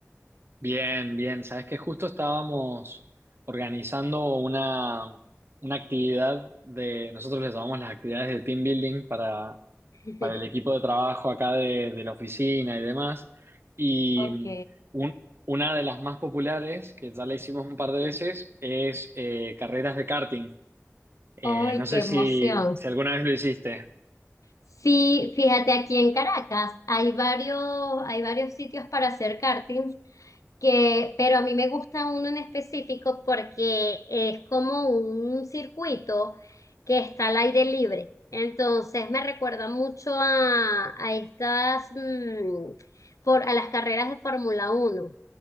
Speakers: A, on the right; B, on the left.
A: Bien, bien. Sabes que justo estábamos organizando una, una actividad de, nosotros les llamamos las actividades de team building para,
B: <laughs>
A: para el equipo de trabajo acá de, de la oficina y demás. Y
B: Ok,
A: un- una de las más populares, que ya la hicimos un par de veces, es eh, carreras de karting. Eh,
B: ¡Ay,
A: no sé
B: qué emoción!
A: si, si alguna vez lo hiciste.
B: Sí, fíjate, aquí en Caracas hay varios, hay varios sitios para hacer karting que, pero a mí me gusta uno en específico porque es como un circuito que está al aire libre. Entonces me recuerda mucho a, a estas, mm, for- a las carreras de Fórmula Uno.